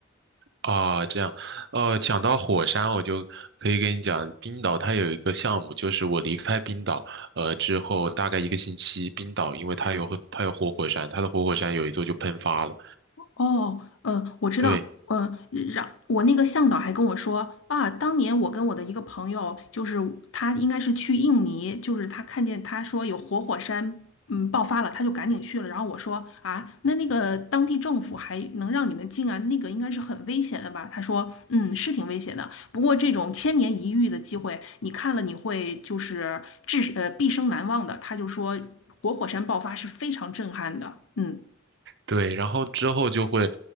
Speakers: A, on the right; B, on the left.
A: 啊，这样，呃，讲到火山，我就可以跟你讲，冰岛它有一个项目，就是我离开冰岛，呃，之后大概一个星期，冰岛因为它有它有活火山，它的活火山有一座就喷发了，
B: 哦，呃，我知道，
A: 对。
B: 呃，让我那个向导还跟我说啊，当年我跟我的一个朋友，就是他应该是去印尼，就是他看见他说有活火山，嗯，爆发了，他就赶紧去了。然后我说啊，那那个当地政府还能让你们进啊？那个应该是很危险的吧？他说，嗯，是挺危险的，不过这种千年一遇的机会，你看了你会就是至呃毕生难忘的。他就说活火山爆发是非常震撼的，嗯，
A: 对，然后之后就会，